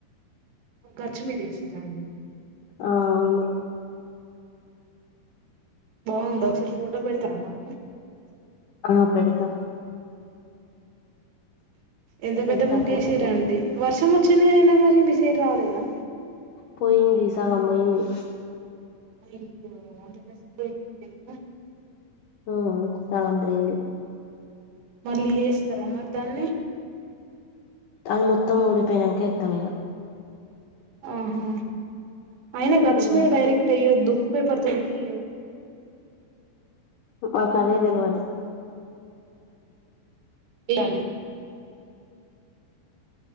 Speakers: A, on the right; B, on the left.
A: గచ్చు మీద ఏసిన్ర అండి
B: ఆ అవును
A: బావుందా ఒకసారి ఫోటో పెడతారా నాకు
B: ఆ పెడతా
A: ఎంత
B: పెడతా
A: పెద్ద ముగ్గు
B: ఫోటో
A: ఏసిన్రండీ వర్షం వచ్చిందిగా నిన్న మరి మీ సైడ్ రాలేదా
B: పోయింది సగం పోయింది
A: అయ్యో అంత కష్టపడి వేసింది పోయిందా
B: ఉ సగం పోయింది
A: మళ్ళీ చేస్తారా మరీ దాన్ని
B: అది మొత్తం ఓడిపోయినక ఎత్తమగా
A: ఆహా అయిన గచ్చమి
B: మ్
A: డైరెక్ట్ అయ్యేదు పేపర్తోటి
B: మాకదే తెలువల్
A: ఇలానే